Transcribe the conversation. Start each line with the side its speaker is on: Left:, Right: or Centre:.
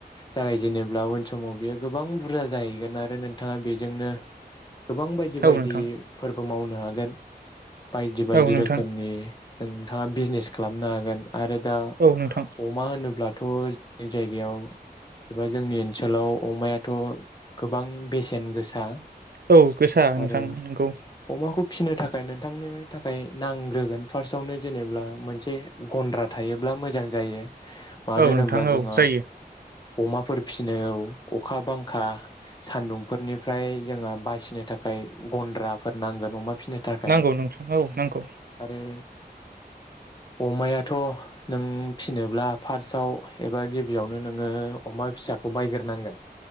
Left: जागायजेनोब्ला उन समाव बियो गोबां बुरजा जाहैगोन आरो नोंथाङा बेजोंनो गोबां बायदि बायदि
Right: औ नोंथां
Left: फोर बो मावनो हागोन बायदि बायदि
Right: औ नोंथां
Left: रोखोमनि जों नोंथाङा बिजनेस खालामनो हागोन आरो दा
Right: औ नोंथां
Left: अमा होनोब्ला थ' जोंनि जायगायाव एबा जोंनि ओनसोलाव अमायाथ' गोबां बेसेन गोसा।
Right: औ गोसा नोंथां
Left: आरो
Right: नोंगौ।
Left: अमाखौ फिसिनो थाखाय नोंथांनो थाखाय नांग्रोगोन फार्स्टआवनो जेनेब्ला मोनसे गन्द्रा थायोब्ला मोजां जायो। मानो
Right: औ
Left: होनोब्ला
Right: नोंथां औ
Left: जोङो
Right: जायो
Left: अमाफोर सिफिनायाव अखा बांखा सानदुंफोरनिफ्राय जोङो बासिनो थाखाय गन्द्राफोर नांगोन अमा फिसिनो थाखाय
Right: नांगौ नोंथां औ नांगौ
Left: आरो अमायाथ' नों फिसिनोब्ला फार्स्टआव एबा गिबियाव नो नोङो अमा फिसाखौ बायग्रोनांगोन।